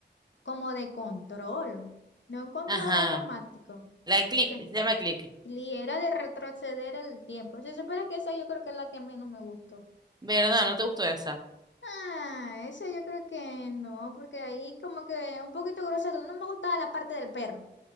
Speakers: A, on the left (about 85°); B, on the right (about 20°).
A: como de control, no un control
B: Ajá.
A: automático,
B: La de Click,
A: que
B: se llama Click.
A: li- era de retroceder el tiempo. Si supieras que esa yo creo que es la que menos me gustó.
B: ¿Verdad? ¿No te gustó esa?
A: Ah, esa yo creo que no, porque ahí como que un poquito grosero, no me gustaba la parte del perro.